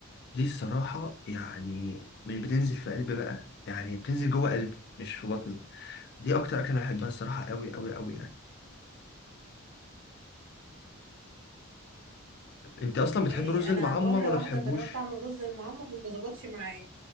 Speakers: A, on the left; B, on the right.
A: دي الصراحة يعني مش بتنزل في قلبي بقى يعني بتنزل جوه قلبي مش في بطني دي اكتر اكلة انا بحبها الصراحة قوي قوي قوي يعني انت
B: اوكي
A: اصلا بتحب الرز المعمر
B: أنا مرة
A: ولا
B: واحدة
A: بتحبوش
B: جربت أعمل رز المعمر وما ظبطش معايا